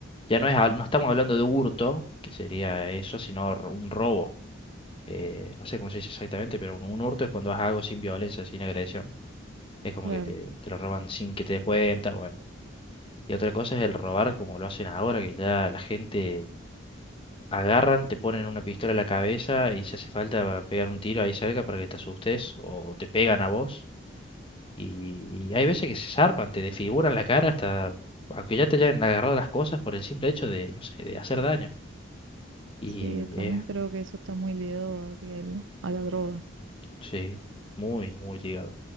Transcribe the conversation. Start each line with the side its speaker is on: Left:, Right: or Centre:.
Left: ya no es, hab- no estamos hablando de hurto, que sería eso, sino r- un robo. Eh, no sé cómo se dice exactamente, pero un, un hurto es cuando haces algo sin violencia, sin agresión. Es como
Right: Claro,
Left: que te, te lo roban sin que te des cuenta, bueno. Y otra cosa es el robar como lo hacen ahora, que ya la gente agarran, te ponen una pistola en la cabeza y si hace falta pegar un tiro ahí cerca para que te asustes o te pegan a vos. Y, y hay veces que se zarpan, te desfiguran la cara hasta, aunque ya te hayan agarrado las cosas por el simple hecho de, no sé, de hacer daño. Y
Right: sí, también
Left: es,
Right: creo que eso está muy ligado a, que el- a la droga.
Left: sí, muy, muy ligado.